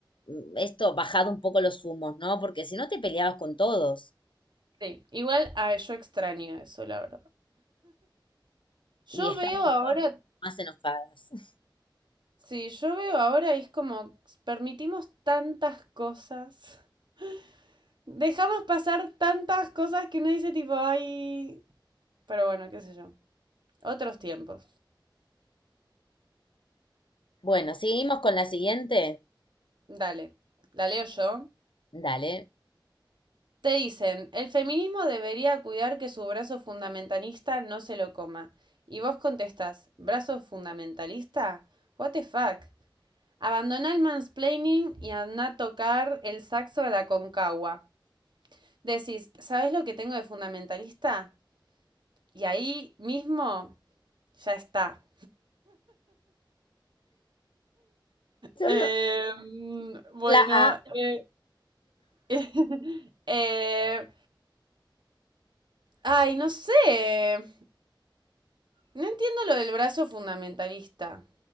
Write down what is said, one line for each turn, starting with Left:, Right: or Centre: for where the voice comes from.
Left: mm, esto bajado un poco los humos, ¿no? Porque si no te peleabas con todos
Right: Sí, igual a yo extraño eso, la verdad.
Left: y
Right: Yo
Left: estábamos
Right: veo ahora,
Left: todas más enojadas.
Right: sí, yo veo ahora es como permitimos tantas cosas. <laughs> Dejamos pasar tantas cosas que uno dice tipo, ay, pero bueno, qué sé yo. Otros tiempos.
Left: Bueno, seguimos con la siguiente.
Right: Dale, la leo yo.
Left: Dale.
Right: Te dicen, el feminismo debería cuidar que su brazo fundamentalista no se lo coma. Y vos contestás, ¿brazo fundamentalista? What the fuck? Abandoná el mansplaining y andá a tocar el saxo de la concagua. Decís, ¿sabés lo que tengo de fundamentalista? Y ahí mismo ya está.
Left: Yo
Right: Eh,
Left: no-
Right: bueno,
Left: la A.
Right: eh, <laughs> eh, eh, ay, no sé. No entiendo lo del brazo fundamentalista.